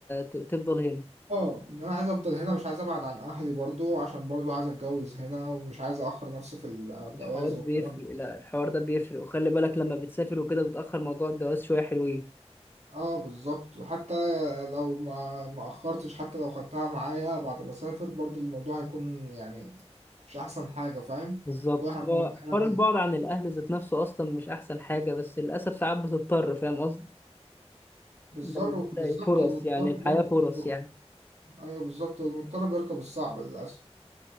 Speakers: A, on the left (about 20°); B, on the right (about 80°).
A: ت- تفضل هنا
B: اه ان انا عايز افضل هنا مش عايز ابعد عن اهلي برضو عشان برضو عايز اتجوز هنا ومش عايز اخر نفسي في الجواز
A: الحوار بيفرق
B: والكلام
A: لا الحوار ده بيفرق وخلي بالك لما بتسافر وكده بتأخر موضوع الجواز شوية حلوين
B: اه بالظبط وحتى لو ما ما اخرتش حتى لو خدتها معايا بعد ما اسافر برضو الموضوع هيكون يعني مش احسن حاجه فاهم
A: بالظبط
B: كل حاجه
A: هو
B: احنا
A: حوار البعد عن الاهل ذات نفسه اصلا مش احسن حاجة بس للاسف ساعات بتضطر فاهم قصدي
B: بالظبط
A: لما بتلاقي
B: بالظبط
A: فرص
B: المضطر
A: يعني
B: بيركب
A: الحياة فرص يعني
B: ايوه بالظبط المضطر بيركب الصعب للاسف